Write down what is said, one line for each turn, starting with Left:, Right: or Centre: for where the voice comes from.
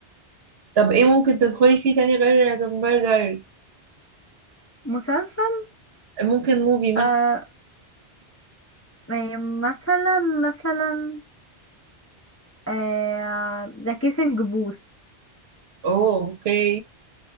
Right: طب ايه ممكن تدخلي فيه تاني غير ذا فامباير دايرز
Left: مسلسل
Right: ممكن موفي
Left: آه
Right: مثلا
Left: يعني مثلا مثلا آه ذا كيسنج بوث
Right: اوه اوكي